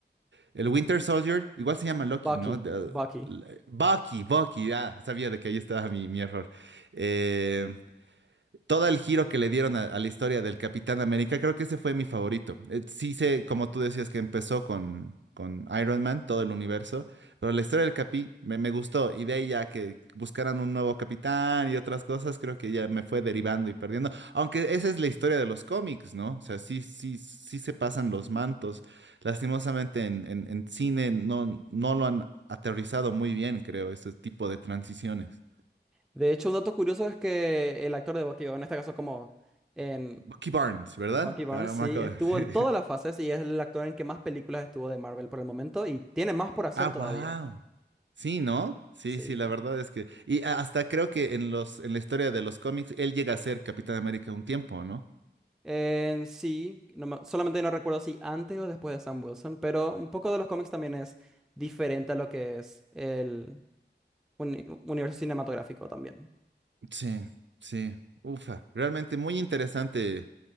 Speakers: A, on the right; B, in the centre.
A: El Winter Soldier, igual se llama Loki,
B: Bucky,
A: ¿no? De-
B: Bucky.
A: l- Bucky, Bucky, ah, sabía de que ahí estaba mi, mi error. Eh, todo el giro que le dieron a, a la historia del Capitán América, creo que ese fue mi favorito. Eh, sí sé, como tú decías, que empezó con, con Iron Man, todo el universo, pero la historia del Capi me, me gustó y de ahí ya que buscaran un nuevo capitán y otras cosas, creo que ya me fue derivando y perdiendo. Aunque esa es la historia de los cómics, ¿no? O sea, sí, sí, sí se pasan los mantos. Lastimosamente en, en, en cine no, no lo han aterrizado muy bien, creo, este tipo de transiciones.
B: De hecho, un dato curioso es que el actor de Bucky, o en este caso como en
A: Bucky Barnes, ¿verdad?
B: Bucky Barnes,
A: Ahora
B: sí,
A: me acabo
B: estuvo
A: de-
B: en todas
A: <laughs>
B: las fases y es el actor en que más películas estuvo de Marvel por el momento y tiene más por hacer
A: Ah,
B: todavía.
A: wow. Sí, ¿no? Sí,
B: Sí.
A: sí, la verdad es que. Y a- hasta creo que en los, en la historia de los cómics, él llega a ser Capitán América un tiempo, ¿no?
B: En sí, no me- solamente no recuerdo si antes o después de Sam Wilson, pero un poco de los cómics también es diferente a lo que es el uni- universo cinematográfico también.
A: Sí, sí. Ufa. Realmente muy interesante